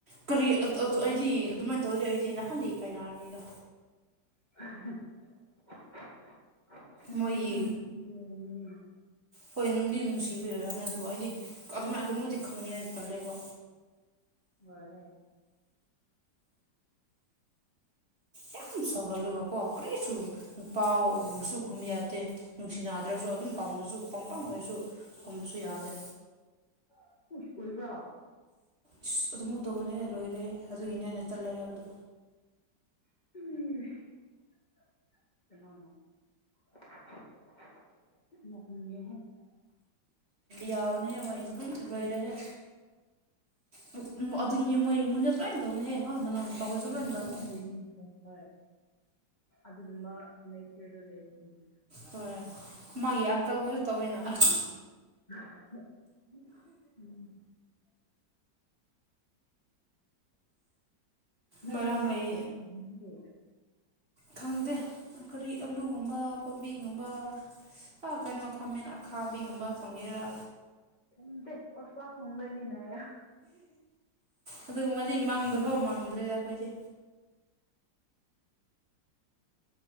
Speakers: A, on the right; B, on the left.
A: ꯀꯔꯤ ꯑ-ꯑꯗꯨ ꯑꯩꯗꯤ ꯑꯗꯨꯃꯥꯏꯅ ꯇꯧꯔꯗꯤ ꯑꯩꯗꯤ ꯅꯍꯥꯟꯗ ꯏꯀꯥꯏꯅꯔꯅꯤꯗ
B: <unintelligible> ꯅꯨꯄꯤꯁꯨ
A: ꯃꯣꯏꯒꯤ
B: ꯅꯨꯄꯤ ꯑꯣꯏꯕꯒꯤ
A: ꯍꯣꯏ ꯅꯨꯡꯗꯤ ꯅꯨꯡꯁꯤꯕꯩ ꯑꯣꯏꯔꯝꯅꯤ ꯑꯗꯨꯕꯨ ꯑꯩꯗꯤ ꯀꯗꯨꯃꯥꯏ ꯑꯗꯨꯃꯨꯗꯤ
B: ꯎꯝ
A: ꯈꯪꯅꯤ ꯑꯩ ꯇꯜꯂꯦꯕ
B: <unintelligible>
A: ꯌꯥꯝ ꯁꯧꯒꯠꯂꯒꯀꯣ ꯀꯔꯤꯁꯨ ꯅꯨꯄꯥ ꯎꯕꯨꯁꯨ ꯈꯨꯝ ꯌꯥꯗꯦ ꯅꯨꯡꯁꯤꯅꯗ꯭ꯔꯁꯨ ꯑꯗꯨꯝ ꯄꯥꯝꯗ꯭ꯔꯁꯨ ꯄꯪꯄꯪ ꯑꯣꯏꯔꯁꯨ ꯈꯨꯝꯕꯁꯨ ꯌꯥꯗꯦ
B: <unintelligible> ꯎꯏꯕ꯭ꯔꯣ
A: ꯏꯁ ꯑꯗꯨꯝꯃꯨꯛ ꯇꯧꯕꯅꯦ ꯍꯥꯏ ꯂꯣꯏꯔꯦ ꯑꯗꯨꯒꯤꯅꯦꯅ ꯑꯩꯅ ꯇꯜꯂꯦ ꯍꯥꯏꯕꯗꯣ
B: <unintelligible> ꯀꯅꯥꯅꯣ <unintelligible> <unintelligible>
A: ꯌꯥꯕꯅꯦꯍꯦ ꯃꯣꯏꯒꯤꯁꯨ ꯗꯨꯝ ꯂꯣꯏꯔꯦꯍꯦ <unintelligible> ꯑꯗꯨꯏ ꯏꯅꯦ ꯃꯣꯏ ꯏꯃꯨꯡꯗ ꯂꯣꯏ ꯇꯧꯕꯅꯦꯍꯦ ꯍꯣꯏ ꯃꯅꯥꯎ ꯅꯨꯄꯥ ꯍꯣꯢꯁꯨ
B: ꯎꯝ
A: ꯂꯣꯏ ꯇꯧꯕꯅꯤ
B: <unintelligible> ꯍꯣꯏ ꯑꯗꯨꯒꯨꯝꯕ ꯅꯦꯆꯔꯗꯣ ꯂꯩꯕꯅꯦ
A: ꯍꯣꯏ ꯃꯥꯒꯤ ꯑꯪꯀꯜ ꯈꯣꯏꯁꯨ ꯇꯧꯋꯤꯅ ꯑꯁ
B: <unintelligible> ꯎꯝ ꯅꯣꯏ
A: ꯃꯔꯝ
B: ꯀꯩ ꯍꯦꯟꯁꯥꯡ
A: ꯂꯩ
B: ꯊꯣꯡꯕꯤꯒꯦ ꯉꯁꯤꯗꯤ
A: ꯈꯪꯗꯦ ꯀꯔꯤ ꯑꯂꯨꯒꯨꯝꯕ ꯀꯣꯕꯤꯒꯨꯝꯕ ꯑꯥ ꯀꯩꯅꯣ ꯈꯥꯃꯦꯟ ꯑ ꯈꯥꯕꯤꯒꯨꯝꯕ ꯐꯪꯉꯦꯔꯥ
B: ꯈꯟꯗꯦ ꯑꯣꯁꯥ ꯊꯣꯡꯗꯣꯏꯅꯤꯅꯌꯣ
A: ꯑꯗꯨꯒꯨꯝ ꯃꯗꯤ ꯃꯪꯗꯐꯧ ꯃꯪꯗ꯭ꯔꯦꯗ ꯑꯈꯣꯏꯗꯤ